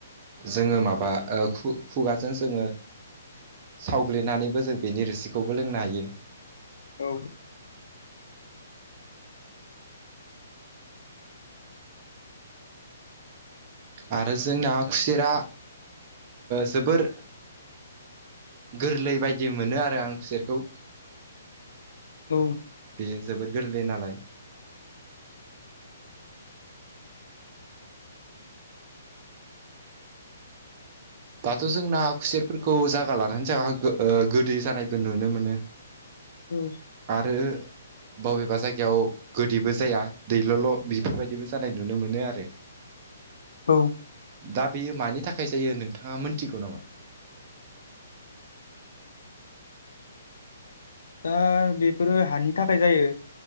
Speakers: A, on the right; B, on the left.
A: जोङो माबा खुगाजों जोङो सावग्लिनानैबो जों बेनि रोसिखौबो लोंनो हायो
B: औ
A: आरो जोंना खुसेरा जोबोर गोरलै बायदि मोनो आरो आं खुसेरखौ
B: औ
A: बेयो जोबोर गोरलै नालाय दाथ' जोंना खुसेरफोरखौ जागा लानानै जागा गोदै जानायबो नुनो मोनो
B: औ
A: आरो बबेबा जायगायाव गोदैबो जाया दैल'ल' बिफोरबायदिबो जानाय नुनो मोनो आरो
B: औ
A: दा बेयो मानि थाखाय जायो नोंथाङा मोनथिगौ नामा?
B: दा बेफोरो हानि थाखाय जायो।